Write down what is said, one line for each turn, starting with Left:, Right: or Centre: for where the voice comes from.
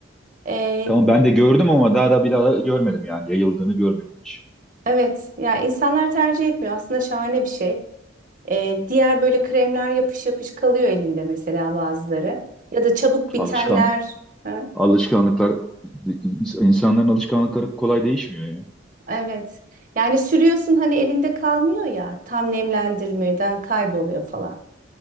Right: Ee,
Centre: Tamam ben de gördüm ama daha da bir daha da görmedim yani yayıldığını görmedim hiç.
Right: Evet, ya insanlar tercih etmiyor. Aslında şahane bir şey. Ee, diğer böyle kremler yapış yapış kalıyor elinde mesela bazıları. Ya da çabuk bitenler.
Centre: Alışkan
Right: Ha?
Centre: alışkanlıklar ins- insanların alışkanlıkları kolay değişmiyor ya.
Right: Evet. Yani sürüyorsun hani elinde kalmıyor ya. Tam nemlendirmeden kayboluyor falan.